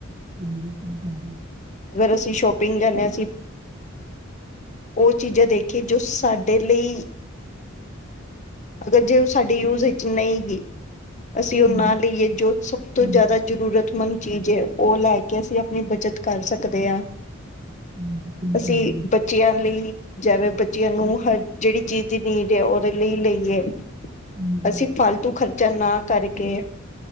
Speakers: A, on the right (about 25°); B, on the left (about 35°).
A: <inaudible>
B: ਅਗਰ ਅਸੀ ਸ਼ੋਪਿੰਗ ਜਾਂਨੇ ਆ ਅਸੀਂ ਓ ਚੀਜਾਂ ਦੇਖੀਏ ਜੋ ਸਾਡੇ ਲਈ ਅਗਰ ਜੇ ਓ ਸਾਡੀ ਯੂਜ ਵਿੱਚ ਨਈ ਗੀ ਅਸੀ ਓ
A: ਹਾਂਜੀ
B: ਨਾ ਲਈਏ ਜੋ ਸਭ ਤੋਂ
A: ਹਾਂਜੀ
B: ਜਆਦਾ ਜਰੂਰਤਮੰਦ ਚੀਜ ਐ ਓ ਲੈ ਕੇ ਅਸੀ ਆਪਣੀ ਬਚਤ ਕਰ ਸਕਦੇ ਆਂ
A: ਹਾਂਜੀ ਸਹੀ
B: ਅਸੀਂ
A: ਕਹਿ ਰਹੇ ਹੋ
B: ਬੱਚਿਆਂ ਲਈ ਜੈਂਵੇ ਬੱਚਿਆਂ ਨੂੰ ਹਰ ਜੇੜੀ ਚੀਜ ਦੀ ਨੀਡ ਐ ਉਦੇ ਲਈ ਲਈਏ।
A: ਹਾਂਜੀ
B: ਅਸੀ ਫਾਲਤੂ ਖ਼ਰਚਾ ਨਾ ਕਰਕੇ